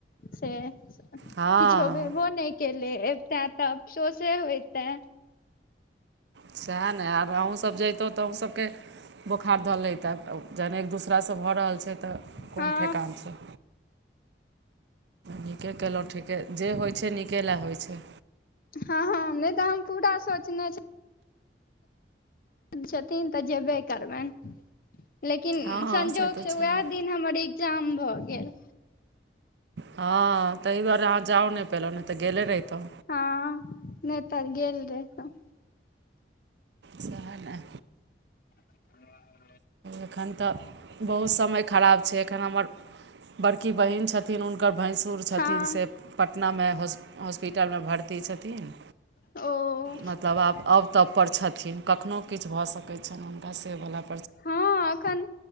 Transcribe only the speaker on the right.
हँ
सएह ने आर अहूँ सभ जैतहुँ तऽ अहूँ सभ के बोखार धऽलै तऽ जहन एक दोसरा सँ भऽ रहल छै तऽ कोन
ठेकान सँ नीके केलहुँ ठीके जे होइत छै नीके लए होइ छै
हँ हँ
से तऽ छैहे
हाँ ताहि दुआरे अहाँ जाउ नहि पहिल नहि तऽ गेले रहितौ
सेहा न
एखन तऽ बहुत समय खराब छै एखन हमर बड़की बहिन छथिन ऊन हुनकर भैंसुर छथिन
से पटना में हॉस्पिटल में भर्ती छथिन
मतलब आब आब तब पर छथिन कखनहु किछु भऽ सकै छनि हुनका से वाला बात